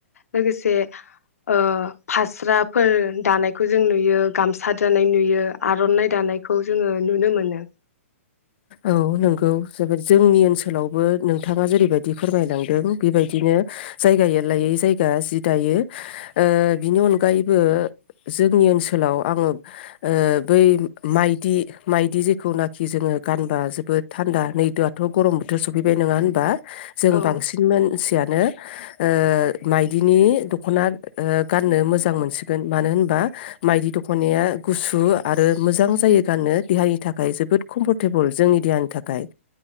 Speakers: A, on the left (about 85°); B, on the left (about 45°).
A: लोगोसे ओ फास्राफोर दानायखौ जों नुयो गामसा दानाय नुयो आर'नाइ दानायखौ जोङो नुनो मोनो।
B: औ नंगौ जोबोद जोंनि ओनसोलावबो नोंथाङा जेरैबायदि फोरमायलांदों बेबायदिनो जायगायै जायगा जि दायो बिनि अनगायैबो जोंनि ओनसोलाव आङो ओ बै माइदि माइदि जेखौनाखि जोङो गानबा जोबोद थान्दा नै दाआथ' गरम बोथोर सफैबाय नोङा होनबा जों
A: औ
B: बांसिन मानसियानो ओ माइदिनि दख'ना ओ गाननो मोजां मोनसिगोन मानो होनबा माइदि दखनाया गुसु आरो मोजां जायो गाननो देहानि थाखाय जोबोद कम्फर्ट टेबोल जोंनि देहानि थाखाय